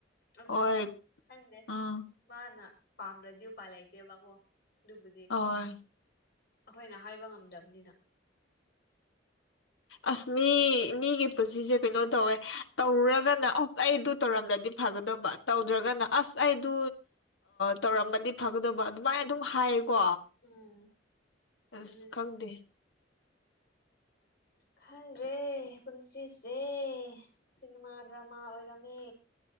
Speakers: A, on the left; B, on the left.
A: ꯑꯗꯨꯒꯣ
B: ꯑꯣꯏ
A: ꯈꯪꯗꯦ
B: ꯎꯝ
A: ꯃꯥꯅ ꯄꯥꯝꯗ꯭ꯔꯗꯤ ꯎꯄꯥꯏ ꯂꯩꯇꯦꯕꯀꯣ ꯑꯗꯨꯕꯨꯗꯤ
B: ꯑꯣꯏ
A: ꯑꯩꯈꯣꯏꯅ ꯍꯥꯏꯕ ꯉꯝꯗꯕꯅꯤꯅ
B: ꯑꯁ ꯃꯤ ꯃꯤꯒꯤ ꯄꯨꯟꯁꯤꯁꯦ ꯀꯩꯅꯣ ꯇꯧꯋꯦ ꯇꯧꯔꯨꯔꯒꯅ ꯑꯁ ꯑꯁ ꯑꯩꯗꯨ ꯇꯧꯔꯝꯂꯗꯤ ꯐꯒꯗꯕ ꯇꯧꯗ꯭ꯔꯒꯅ ꯑꯁ ꯑꯩꯗꯨ ꯇꯧꯔꯝꯃꯗꯤ ꯐꯒꯗꯕ ꯑꯗꯨꯃꯥꯏꯅ ꯑꯗꯨꯝ ꯍꯥꯏꯌꯦꯀꯣ
A: ꯎꯝ
B: ꯑꯁ
A: ꯑꯗꯨꯅꯦ
B: ꯈꯪꯗꯦ <inaudible>
A: ꯈꯪꯗ꯭ꯔꯦ ꯄꯨꯟꯁꯤꯁꯦ ꯁꯤꯅꯦꯃꯥ ꯗ꯭ꯔꯃꯥ ꯑꯣꯏꯔꯝꯃꯦ